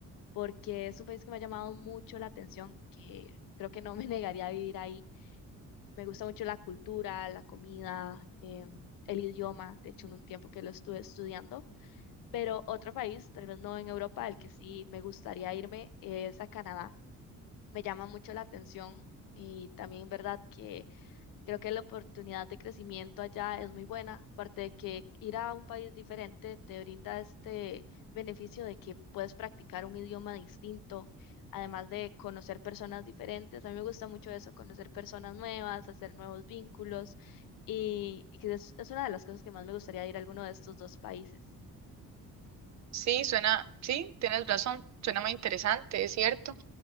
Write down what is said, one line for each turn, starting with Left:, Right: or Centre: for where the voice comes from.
Left: porque es un país que me ha llamado mucho la atención, que creo que no me <laughs> negaría a vivir ahí. Me gusta mucho la cultura, la comida, em, el idioma. De hecho, en un tiempo que lo estuve estudiando. Pero otro país, tal vez no en Europa, al que sí me gustaría irme es a Canadá. Me llama mucho la atención y también, ¿verdad?, que Creo que la oportunidad de crecimiento allá es muy buena, aparte de que ir a un país diferente te brinda este beneficio de que puedes practicar un idioma distinto, además de conocer personas diferentes. A mí me gusta mucho eso, conocer personas nuevas, hacer nuevos vínculos y, y que es, es una de las cosas que más me gustaría de ir a alguno de estos dos países.
Right: Sí, suena, sí, tienes razón, suena muy interesante, es cierto.